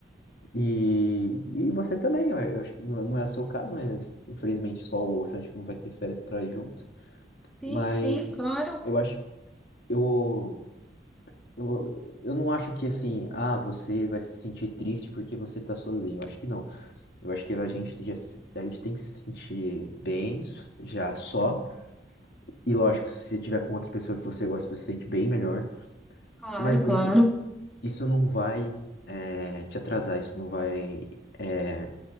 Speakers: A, on the left; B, in the centre.
A: E, e você também, eu eu acho que não é, não é o seu caso, né? Infelizmente só o Sancho que não vai ter férias para ir junto.
B: Sim,
A: Mas
B: sim, claro,
A: eu acho, eu, eu, eu não acho que assim, ah, você vai se sentir triste porque você tá sozinho. Eu acho que não. Eu acho que a gente, já, se- a gente tem que se sentir bem já só. E lógico, se você tiver com outra pessoa que você gosta, você se sente bem melhor.
B: claro,
A: Mas não-
B: claro,
A: isso, isso não vai, eh, te atrasar, isso não vai. eh,